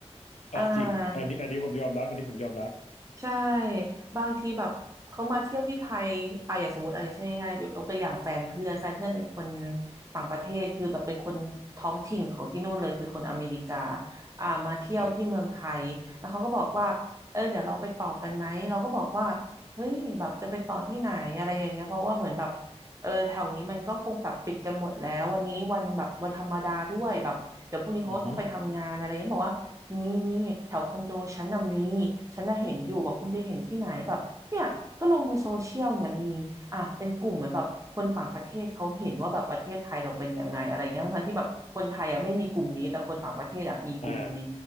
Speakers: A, on the right (about 30°); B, on the left (about 85°).
A: อ่า
B: อ่าจริงอันนี้อันนี้ผมยอมรับอันนี้ผมยอมรับ
A: ใช่บางทีแบบเขามาเที่ยวที่ไทยอ่ะอย่างสมมติอาจจะเช่นง่ายๆยกยกตัวอย่างแฟนเพื่อนแฟนเพื่อนเป็นคนต่างประเทศคือแบบเป็นคนท้องถิ่นของที่นู่นเลยคือคนอเมริกาอ่ามาเที่ยวที่เมืองไทยแล้วเขาก็บอกว่าเออเดี๋ยวเราไปต่อกันไหมเราก็บอกว่า
B: อ่า
A: เฮ้ยแบบจะไปต่อที่ไหนอะไรอย่างเงี้ยเพราะว่าเหมือนแบบ เออแถวนี้มันก็คงแบบปิดกันหมดแล้ววันนี้วันแบบวันธรรมดาด้วยแบบเดี๋ยวพรุ่งนี้เขาก็ต้องไปทำงานอะไรเงี้ยบอกว่ามีมีแถวคอนโดฉันน่ะมี
B: อือฮึ
A: ฉันน่ะเห็นอยู่บอกคุณไปเห็นที่ไหนแบบเนี่ยก็ลงในโซเชียลเนี่ยมีอ่ะเป็นกลุ่มเหมือนแบบคนต่างประเทศเขาเห็นว่าแบบประเทศไทยเราเป็นยังไงอะไรเงี้ยทั้งที่แบบคนไทยอ่ะไม่มีกลุ่มนี้แต่คนต่างประเทศอ่ะมีกลุ่มนี้
B: อ่า